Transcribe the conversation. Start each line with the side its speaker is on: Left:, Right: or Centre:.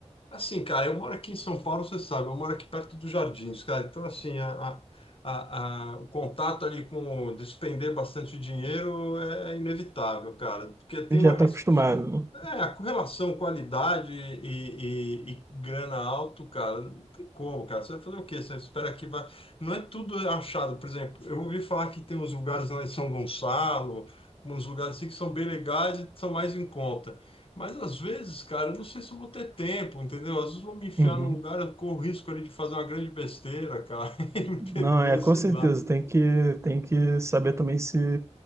Left: Assim, cara, eu moro aqui em São Paulo, você sabe, eu moro aqui perto dos Jardins, cara. Então, assim, a, a- a- a- o contato ali com o despender bastante dinheiro é inevitável, cara, porque tem
Right: A gente
Left: uma,
Right: já
Left: res-
Right: tá acostumado, né?
Left: É, a correlação qualidade e, e- e grana alto, cara, não tem como, cara. Você vai fazer o quê? Você espera que vai. Não é tudo achado. Por exemplo, eu ouvi falar que tem uns lugares lá em São Gonçalo, uns lugares assim que são bem legais e são mais em conta. Mas às vezes, cara, eu não sei se eu vou ter tempo, entendeu? Às vezes eu vou me enfiar
Right: Uhum.
Left: num lugar, eu corro o risco ali de fazer uma grande besteira, cara, <laughs> e me
Right: Não,
Left: perder,
Right: é com
Left: sei
Right: certeza,
Left: lá.
Right: tem que, tem que saber também se,